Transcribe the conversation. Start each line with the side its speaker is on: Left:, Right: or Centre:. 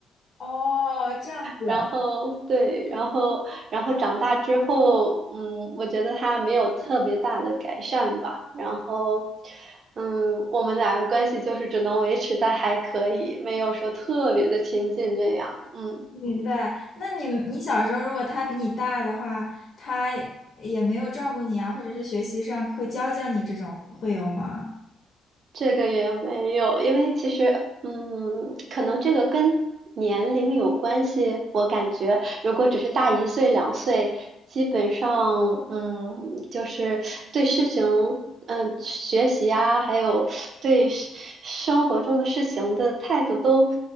Left: 哦，这样子，
Right: 然后对，然后然后长大之后，嗯，我觉得他没有特别大的改善吧。然后，嗯，我们俩的关系就是只能维持在还可以，没有说特别的亲近这样。嗯。
Left: 明白。那你你小时候如果他比你大的话，他也没有照顾你啊，或者是学习上会教教你这种，会有吗？
Right: 这个也没有，因为其实，嗯，可能这个跟年龄有关系。我感觉，如果只是大一岁、两岁，基本上，嗯，就是对事情，嗯，学习啊，还有对生生活中的事情的态度都